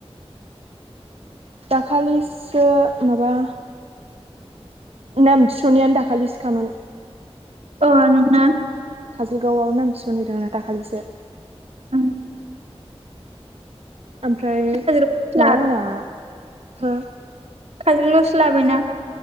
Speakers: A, on the right; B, on the right.
A: दाखालिसो माबा। म-नाम थिसन्नायानो दा खालिस खामोन।
B: ओ नोंना।
A: काजलगावआव नाम थिसनहैदोंना दाखालिसो।
B: ओ
A: ओमफ्राय
B: काजोलसो
A: माबा मोनना हो
B: खाजलगाव आवसो लाबायायना